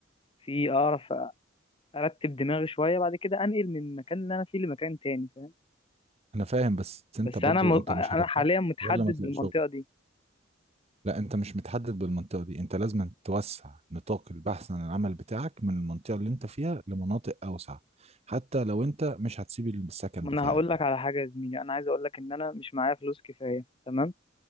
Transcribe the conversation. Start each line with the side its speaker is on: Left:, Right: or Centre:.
Left: في اعرف ارتب دماغي شوية بعد كده انقل من المكان اللي انا فيه لمكان تاني فاهم
Right: انا فاهم بس انت
Left: بس
Right: برضو
Left: انا م...
Right: انت
Left: انا
Right: مش هترتاح
Left: حاليا متحدد
Right: غير لما تلاقي
Left: بالمنطقة
Right: شغل
Left: دي
Right: لا انت مش متحدد بالمنطقه دي انت لازم توسع نطاق البحث عن العمل بتاعك من المنطقه اللي انت فيها لمناطق اوسع حتى لو انت مش هتسيب السكن
Left: ما
Right: بتاعك
Left: انا هقول لك على حاجة يا زميلي انا عايز اقول لك ان انا مش معايا فلوس كفاية تمام